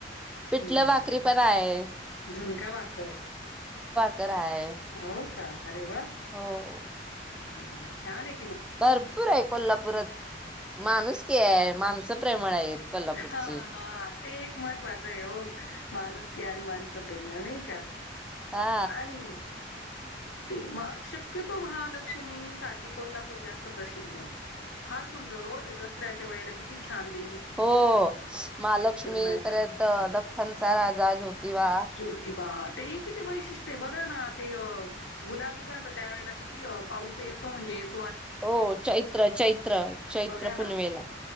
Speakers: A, in the centre; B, on the left.
A: पिठलं
B: हम्म
A: भाकरी पण आहे
B: झुणका भाकर.
A: कर हाय.
B: हो का. अरे वा
A: हो.
B: हम्म छान ए
A: भरपूर आहे कोल्हापुरात माणूसकी आहे माणसं प्रेमळ आहेत कोल्हापूरची
B: हा हा ते एक महत्त्वाचं आहे हो माणूसकी आणि माण स प्रेमळ नाही का.
A: हा
B: आणि ते म शक्यतो महालक्ष्मी साठी कोल्हापूर जास्त प्रसिद्ध आहे फार सुंदर हो ते दसऱ्याच्या वेळेला किती छान दे
A: हो महालक्ष्मी
B: येता.
A: परत दख्खनचा राजा ज्योतिबा
B: ज्योतिबा ते किती वैशिष्ट्य आहे बघा ना ते अ गुलाल उधळतात त्यावेेळेला किती अ पाऊस येतो म्हणजे येत
A: हो चैत्र चैत्र चैत्र
B: बघा ना
A: पुनवेला.